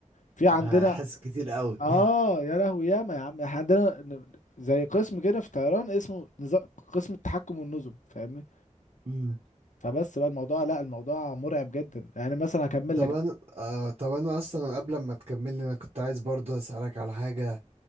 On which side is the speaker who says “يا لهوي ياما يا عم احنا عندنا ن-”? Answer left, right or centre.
Left